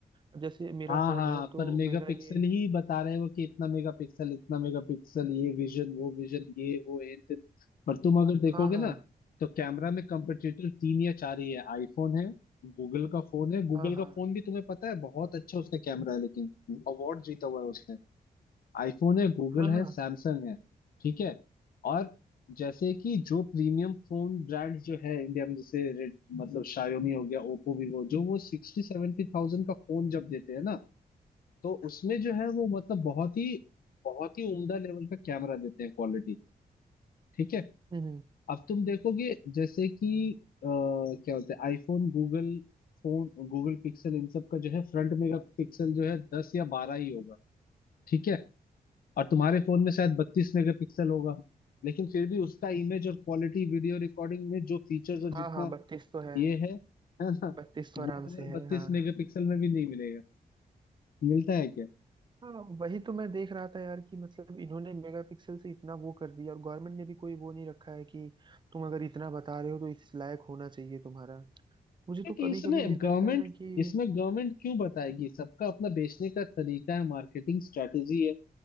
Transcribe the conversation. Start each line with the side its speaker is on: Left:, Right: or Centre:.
Right: अब जैसे मेरा
Left: हाँ
Right: फ़ोन
Left: हाँ
Right: है तो
Left: पर मेगापिक्सल
Right: मेरा ये
Left: ही बता रहे हो कि इतना मेगापिक्सल इतना मेगापिक्सल ये विजन वो विजन ये वो ये फिर पर तुम अगर देखोगे
Right: हाँ हाँ
Left: ना तो कैमरा में कंपटीटर तीन या चार ही है आईफोन है गूगल का फोन है गूगल
Right: हाँ हाँ
Left: का फोन भी तुम्हें पता है बहुत अच्छा उसका कैमरा है लेकिन अवार्ड जीता हुआ है उसने आईफोन है गूगल
Right: हाँ
Left: है
Right: हाँ
Left: सैमसंग है ठीक है और जैसे कि जो प्रीमियम फोन ब्रांड जो है इंडिया में जैसे रेड मतलब शायोमी हो गया ओप्पो वीवो जो वो सिक्सटी सेवेंटी थाउजेंड का फोन जब देते हैं ना तो उसमें जो है वो मतलब बहुत ही बहुत ही उम्दा लेवल का कैमरा देते हैं क्वालिटी ठीक है
Right: हम्म हम्म,
Left: अब तुम देखोगे जैसे कि अ, क्या बोलते हैं iPhone Google phone Google Pixel इन सब का जो है फ्रंट मेगा पिक्सल जो है दस या बारह ही होगा ठीक है और तुम्हारे फोन में शायद बत्तीस मेगापिक्सल होगा लेकिन फिर भी उसका इमेज और क्वालिटी वीडियो रिकॉर्डिंग में जो फीचर्स और जितना
Right: हाँ हाँ बत्तीस तो है
Left: ये है है ना
Right: बत्तीस तो
Left: वो
Right: आराम
Left: तुम्हारे
Right: से है
Left: बत्तीस
Right: हाँ
Left: मेगापिक्सल में भी नहीं मिलेगा मिलता है क्या
Right: हाँ वही तो मैं देख रहा था यार कि मतलब इन्होंने मेगापिक्सल से इतना वो कर दिया और गवर्नमेंट ने भी कोई वो नहीं रखा है कि तुम अगर इतना बता रहे हो तो इस लायक होना चाहिए तुम्हारा मुझे
Left: एक
Right: तो
Left: इसमें
Right: कभी कभी ये
Left: गवर्नमेंट
Right: लगता है ना कि
Left: इसमें गवर्नमेंट क्यों बताएगी सबका अपना बेचने का तरीका है मार्केटिंग स्ट्रेटेजी है